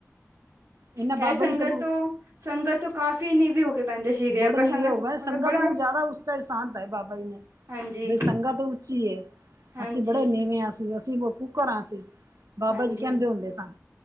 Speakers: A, on the right; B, on the right.
A: ਇਹਨਾਂ
B: ਖੈਰ
A: ਬਾਬਾ
B: ਸੰਗਤ
A: ਜੀ ਤੇ
B: ਤੋਂ ਸੰਗਤ ਤੋਂ ਕਾਫ਼ੀ ਨੀਵੇ ਹੋ ਕੇ ਬਹਿੰਦੇ ਸੀਗੇ
A: ਬੜ
B: ਅਗਰ
A: ਨਿਵੇ
B: ਸੰਗਤ
A: ਹੋਵੈ
B: ਉੱਪਰ
A: ਸੰਗਤ
B: ਬੜਾ
A: ਨੂੰ ਜ਼ਿਆਦਾ ਉੱਚਾ ਸਥਾਨ ਦਿੱਤਾ ਸੀ ਬਾਬਾ ਜੀ ਨੇ।
B: ਹਾਂਜੀ
A: ਬਈ ਸੰਗਤ ਉੱਚੀ ਏ
B: ਹਾਂਜੀ
A: ਅਸੀਂ ਬੜੇ ਨੀਵੇਂ ਆ ਅਸੀ-ਅਸੀਂ। ਘਰਾਂ ਸੀ ਬਾਬਾਜੀ
B: ਹਾਂਜੀ
A: ਕਹਿੰਦੇ ਹੁੰਦੇ ਸਨ।